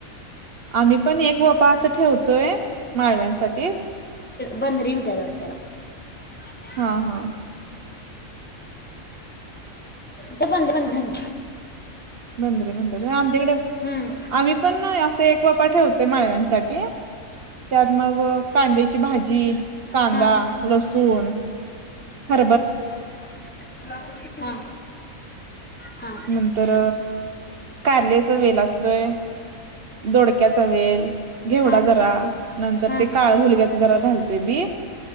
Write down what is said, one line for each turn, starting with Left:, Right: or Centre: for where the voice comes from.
Right: आम्ही पण एक व्पा असं ठेवतोय माळव्यांसाठीच.
Left: बंद र मि <unintelligible> त्यातना
Right: हा हा
Left: त बंद बंद म्हन.
Right: बंदर म्हणतात हॊ आमच्याकडं.
Left: हम्म.
Right: आम्ही पण असे एक वापा ठेवतोय माळव्यांसाठी त्यात मग कांद्याची भाजी तीळ, कांदा,
Left: हा
Right: लसून ह
Left: हं, हां.
Right: नंतर कारल्याचा वेल असतोय दोडक्याचा वेल, घेवडा
Left: हा
Right: जरा, नंतर
Left: हा
Right: ते काळ हुलग्याचा जरा घालते.